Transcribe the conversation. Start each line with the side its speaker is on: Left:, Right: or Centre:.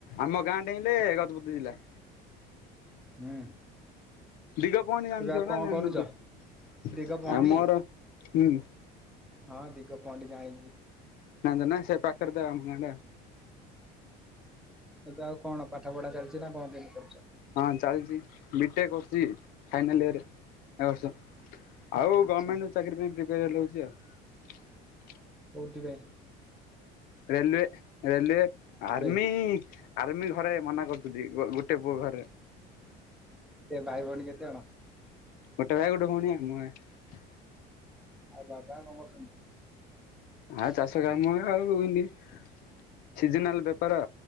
Left: ଆମ ଗାଁ ଡେଇଁଲେ ଗଜପତି ଜିଲ୍ଲା
Centre: ହୁଁ।
Left: ଦିଗ ପହଣ୍ଡି ଜାଣିଥିବ
Centre: ଏବେ ଆଉ କଣ
Left: ନା ଜାଣି
Centre: କରୁଚ?
Left: ନ ଥିବ?
Centre: ଦିଗ ପହଣ୍ଡି
Left: ଆମର ହୁଁ।
Centre: ହଁ ଦିଗ ପହଣ୍ଡି ଯାଣିଛି।
Left: ଜାଣିଚନା ସେ ପାକରେ ତ ଆମ ଗାଁ ଟା।
Centre: ଏବେ ଆଉ କଣ ପାଠ ପଢା ଚାଲିଛି ନା କଣ କେମତି କରୁଛ?
Left: ହଁ ଚାଲିଛି, ବି ଟେକ କରୁଛି ଫାଇନାଲ ଇୟର ଏ ବର୍ଷ। ଆଉ
Centre: ଆଚ୍ଛା
Left: ଗମେଣ୍ଟ ଚାକିରୀ ପାଇଁ ପ୍ରିପାର ହେଉଚି ଆଉ।
Centre: କଉଥିିରେ?
Left: ରେଲୱେ ରେଲୱେ
Centre: ଏବେ
Left: ଆର୍ମି। ଆର୍ମି ଘରେ ମନା କରୁଛନ୍ତି ଗୋଟେ ପୁଅ ଘରେ।
Centre: ସେ ଭାଇ ଭଉଣୀ କେତେ ଜଣ?
Left: ଗୋଟେ ଭାଇ ଗୋଟେ ଭଉଣୀ ଆଉ ମୁ ଆଉ।
Centre: ଆଉ ବାପା କଣ କରୁଚନ୍ତି?
Left: ଆଉ ଚାଷ <unintelligible> ସିଜନାଲ ବେପାର